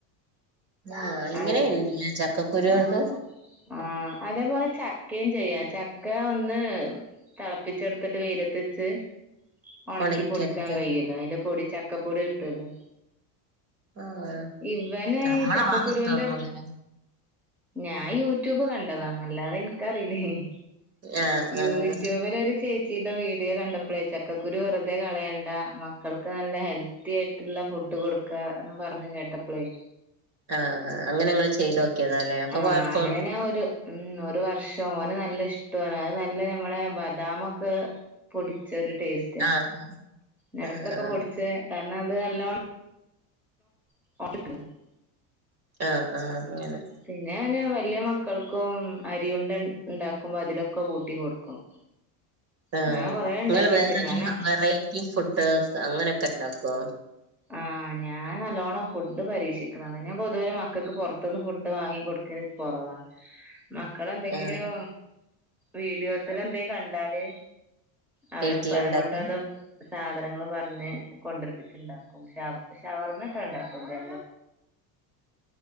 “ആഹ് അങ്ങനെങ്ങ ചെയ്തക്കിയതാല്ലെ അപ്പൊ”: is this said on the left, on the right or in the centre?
Right